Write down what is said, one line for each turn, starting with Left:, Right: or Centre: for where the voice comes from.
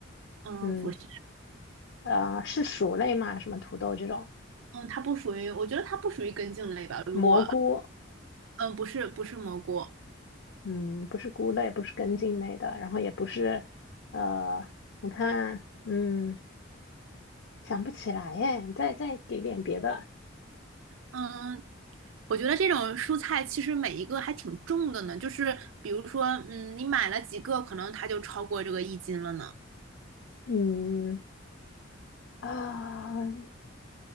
Right: 嗯，
Left: 嗯
Right: 不是，
Left: 呃，是薯类嘛？什么土豆这种，
Right: 嗯，它不属于，我觉得它不属于根茎类吧。如果，
Left: 蘑菇。
Right: 嗯，不是不是蘑菇，
Left: 嗯，不是菇类，不是根茎类的，然后也不是，呃，我看，嗯，想不起来耶，再再给点别的，
Right: 嗯，我觉得这种蔬菜其实每一个还挺重的呢，就是比如说，嗯，你买了几个，可能它就超过这个一斤了呢。
Left: 嗯啊，